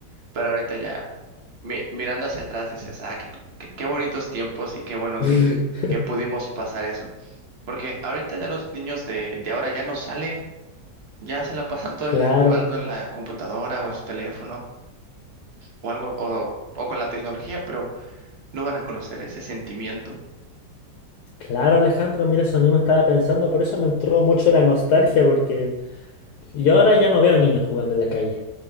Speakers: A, on the right (about 45°); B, on the left (about 70°).
A: Pero ahorita ya, mi- mirando hacia atrás, dices, ah, qué, qué, qué bonitos tiempos y qué bueno
B: <laughs>
A: que,
B: <laughs>
A: que pudimos pasar eso. Porque ahorita ya los niños de, de ahora ya no salen, ya se la <laughs> pasan todo
B: Claro,
A: el día jugando en la computadora o en su teléfono o algo, o, o con la tecnología, pero no van a conocer ese sentimiento.
B: claro Alejandro, mira, eso mismo estaba pensando, por eso me entró mucho la nostalgia, porque yo ahora ya no veo niños jugando en la calle.